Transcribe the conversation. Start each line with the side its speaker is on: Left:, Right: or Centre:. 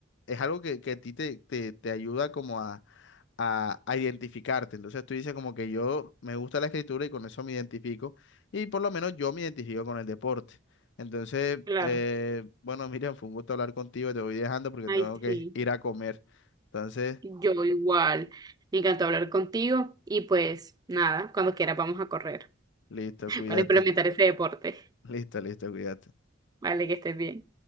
Left: es algo que, que a ti te, te te ayuda como a a, a identificarte. Entonces tú dices como que yo me gusta la escritura y con eso me identifico y por lo menos yo me identifico con el deporte. Entonces,
Right: claro.
Left: eh, bueno, <laughs> Miriam, fue un gusto hablar contigo, te voy dejando porque
Right: Ay,
Left: tengo que
Right: sí.
Left: ir a comer. Entonces,
Right: Yo igual. Me encantó hablar contigo y pues nada, cuando quiera vamos a correr
Left: listo,
Right: <laughs>
Left: cuídate.
Right: para implementar ese deporte.
Left: Listo, listo, cuídate.
Right: Vale, que estés bien.